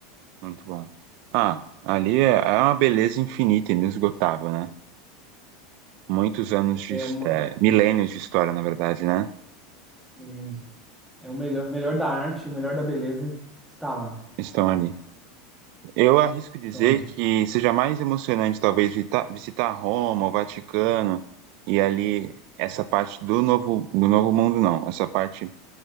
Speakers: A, on the right; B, in the centre.
A: muito bom. Ah, ali é, é uma beleza infinita, inesgotável, né? Muitos anos de,
B: É
A: his-
B: uma,
A: é, milênios de história, na verdade, né?
B: é, É o melhor, melhor da arte, o melhor da beleza está lá.
A: Estão ali. Eu arrisco dizer
B: Então, ali.
A: que seja mais emocionante, talvez, vita- visitar Roma, o Vaticano e ali essa parte do novo, do novo mundo, não. Essa parte